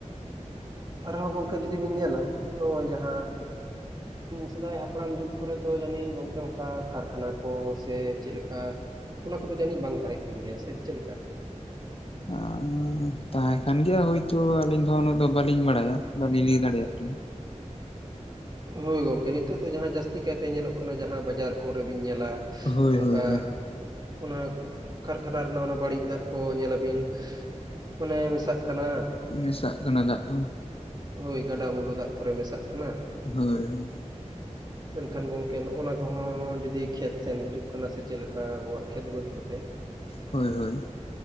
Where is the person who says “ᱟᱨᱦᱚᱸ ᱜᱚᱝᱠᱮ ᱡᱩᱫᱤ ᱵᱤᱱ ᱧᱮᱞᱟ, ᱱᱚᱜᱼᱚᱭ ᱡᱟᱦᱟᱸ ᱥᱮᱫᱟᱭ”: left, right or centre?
Right